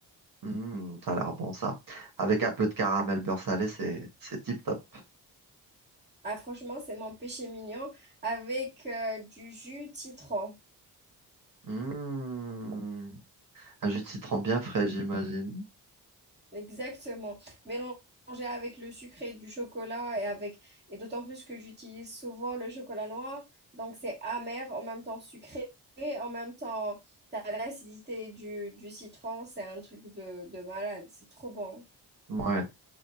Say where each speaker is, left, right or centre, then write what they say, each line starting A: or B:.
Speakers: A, on the right (about 45°); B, on the right (about 20°).
A: Hmm, ça a l'air bon ça. Avec un peu de caramel beurre salé, c'est, c'est tip top.
B: Ah, franchement, c'est mon péché mignon avec euh, du jus citron.
A: Hmm, un jus de citron bien frais, j'imagine.
B: Exactement. Mélanger avec le sucré du chocolat et avec et d'autant plus que j'utilise souvent le chocolat noir, donc c'est amer en même temps sucré et en même temps t'as l'acidité du, du citron, c'est un truc de, de malade, c'est trop bon.
A: Ouais.